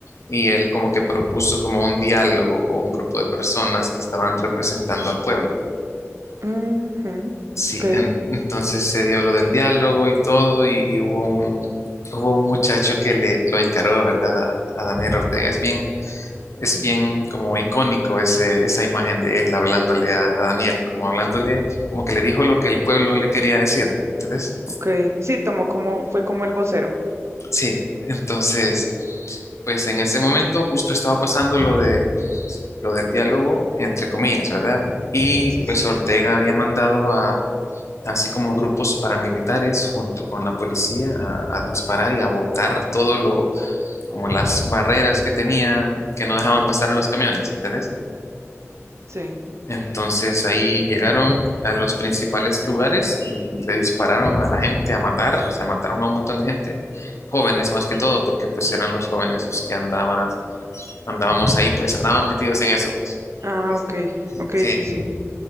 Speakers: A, on the left; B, on the right.
A: y él como que propuso como un diálogo con un grupo de personas que estaban representando al pueblo.
B: Ujú,
A: Sí,
B: Ok,
A: en- entonces se dio lo del diálogo y todo, y, y hubo un, hubo un muchacho que le lo encargó, ¿verdad? A, a Daniel Ortega. Es bien, es bien como icónico ese, esa imagen de él hablándole a, a Daniel, como hablándole, como que le dijo lo que el pueblo le quería decir, ¿entendés?
B: ok. Sí, tomó como, fue como el vocero.
A: Sí, entonces, pues en ese momento justo estaba pasando lo de, lo del diálogo, entre comillas, ¿verdad? Y
B: Sí,
A: pues
B: sí,
A: Ortega había mandado así como grupos paramilitares junto con la policía a, a disparar y a botar todo lo, como las barreras que tenía que no dejaban pasar a los camiones, ¿entendés?
B: sí.
A: Entonces ahí llegaron a los principales lugares y le dispararon a la gente a matar, o sea, mataron a un montón de gente, jóvenes más que todo, porque pues eran los jóvenes los que andaban, andábamos ahí, pues andaban metidos en eso, pues.
B: Ah,
A: Este,
B: ok, ok,
A: Sí,
B: sí, sí.